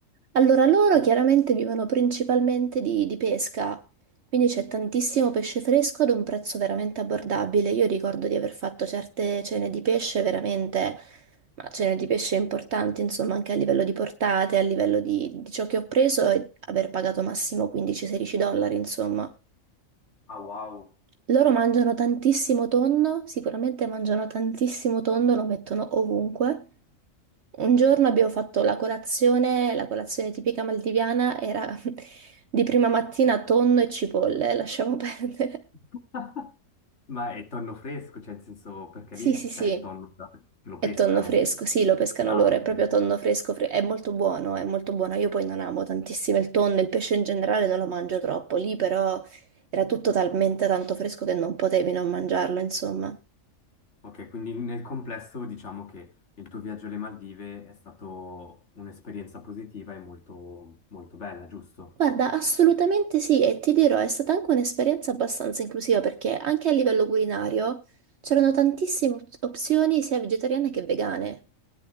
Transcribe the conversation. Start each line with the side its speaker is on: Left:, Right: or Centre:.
Right: Allora, loro
Left: Che-
Right: chiaramente vivono principalmente di, di pesca, quindi c'è tantissimo pesce fresco ad un prezzo veramente abbordabile. Io ricordo di aver fatto certe cene di pesce veramente, ma cene di pesce importanti, insomma, anche a livello di portate, a livello di, di ciò che ho preso e aver pagato massimo 15-16 dollari, insomma.
Left: Ah, wow!
Right: Loro mangiano tantissimo tonno, sicuramente mangiano tantissimo tonno, lo mettono ovunque. Un giorno abbiamo fatto la colazione, la colazione tipica maldiviana era <laughs> di prima mattina tonno e cipolle, <laughs> lasciamo perdere.
Left: <laughs> Ma è tonno fresco, cioè, in senso, perché
Right: Sì,
Left: lì
Right: sì,
Left: c'è
Right: sì,
Left: il tonno da- che lo
Right: è
Left: pescano.
Right: tonno fresco, sì, lo pescano
Left: Ah,
Right: loro,
Left: ok,
Right: è proprio
Left: ok.
Right: tonno fresco, fre- è molto buono, è molto buono. Io poi non amo tantissimo il tonno, il pesce in generale non lo mangio troppo, lì però era tutto talmente tanto fresco che non potevi non mangiarlo, insomma.
Left: Ok, quindi nel complesso diciamo che il tuo viaggio alle Maldive è stato un'esperienza positiva e molto, molto bella, giusto?
Right: Guarda, assolutamente sì, e ti dirò, è stata anche un'esperienza abbastanza inclusiva perché anche a livello culinario c'erano tantissime op- opzioni sia vegetariane che vegane,